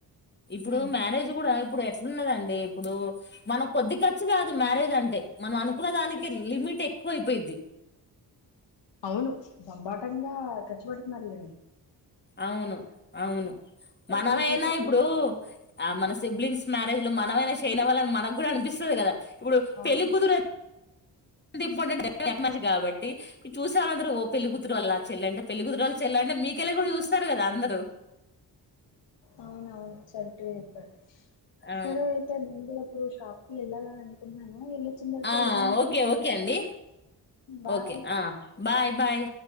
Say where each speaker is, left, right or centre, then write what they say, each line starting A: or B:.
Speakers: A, on the left; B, on the left.
A: ఇప్పుడు
B: ఉమ్
A: మ్యారేజ్ గుడ ఇప్పుడు ఎట్లున్నదండి ఇప్పుడు మనం కొద్ది ఖర్చు కాదు మ్యారేజ్ అంటే మనం అనుకున్న దానికి లిమిట్ టె ఎక్కువయిపోయిద్ది.
B: అవును బంబాటంగా ఖర్చు పెడుతున్నారు లేను
A: అవును అవును మనమయినా
B: ఒకళ్ళని చూసి ఒకళ్ళు
A: ఇప్పుడు ఆ మన సిబ్లింగ్స్ మ్యారేజ్ లో మనమైనా చేయన వాళ్ళని మనకు కూడా అనిపిస్తుంది కదా ఇప్పుడు
B: అవును.
A: పెళ్ళి కుతురే త ఇంపార్టెం మంచిగా కాబట్టి ఈ చూసా అందరు ఓ పెలులిగుతురు వాల్ల చల్లంట పెళ్లిగుతురుళ్ళుల్లంట అంటే మీకెళ్ళి కూడా చూస్తారు కదా అందరుూ
B: అవున అవును చెరట్ చెప్పడు
A: ఆ
B: సరే అయితే న ఇప్పుడు షాప్ కి వెళ్ళలాని అనుకుంటన్నాను ప్రచ్చతే
A: ఆ
B: ఏ కొ
A: ఓకే ఓకే అండి
B: బాయ్
A: ఓకే ఆ బాయ్ బాయ్